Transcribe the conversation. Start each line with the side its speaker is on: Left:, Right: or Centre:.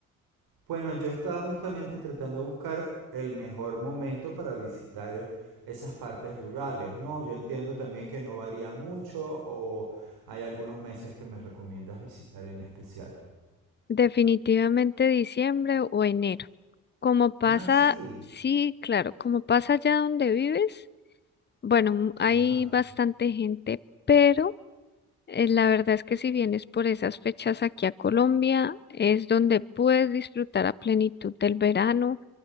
Right: Bueno, yo estaba justamente tratando de buscar el mejor momento para visitar esas partes rurales, ¿no? Yo entiendo también que no varía mucho o hay algunos meses que me recomiendas visitar en especial.
Left: Definitivamente diciembre o enero. Como pasa,
Right: Ah, sí.
Left: sí, claro, como pasa allá donde vives, bueno, m- hay
Right: Ajá.
Left: bastante gente, pero eh, la verdad es que si vienes por esas fechas aquí a Colombia, es donde puedes disfrutar a plenitud del verano